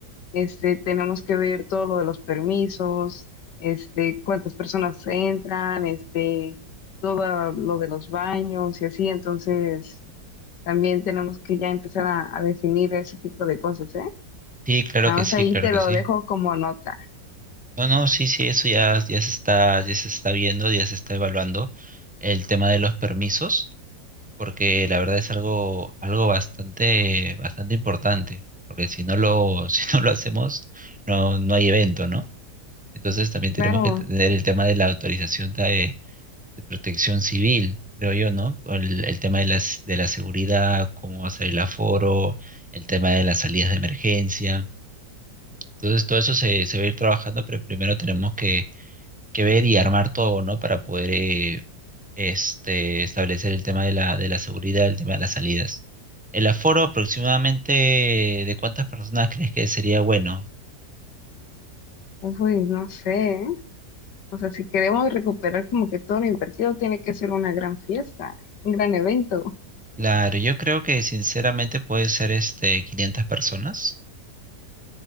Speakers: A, on the left; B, in the centre.
A: Este, tenemos que ver todo lo de los permisos, este, cuántas personas entran, este, todo lo de los baños y así. Entonces, También tenemos que ya empezar a, a definir ese tipo de cosas, ¿eh?
B: sí, claro
A: Nada
B: que
A: más
B: sí,
A: ahí
B: claro
A: te
B: que
A: lo
B: sí.
A: dejo como nota.
B: No, no, sí, sí, eso ya, ya se está, ya se está viendo, ya se está evaluando el tema de los permisos. porque la verdad es algo, algo bastante, bastante importante, porque si no lo, <laughs> si no lo hacemos, no, no hay evento, ¿no? Entonces también tenemos
A: Claro,
B: que tener el tema de la autorización de, de protección civil, creo yo, ¿no? El, el tema de las, de la seguridad, cómo va a ser el aforo, el tema de las salidas de emergencia. Entonces todo eso se, se va a ir trabajando, pero primero tenemos que que ver y armar todo, ¿no? Para poder eh, este, establecer el tema de la, de la seguridad, el tema de las salidas. El aforo aproximadamente de cuántas personas crees que sería bueno.
A: uy, no sé, ¿eh? O sea, si queremos recuperar como que todo lo invertido, tiene que ser una gran fiesta, un gran evento.
B: Claro, yo creo que sinceramente puede ser este 500 personas.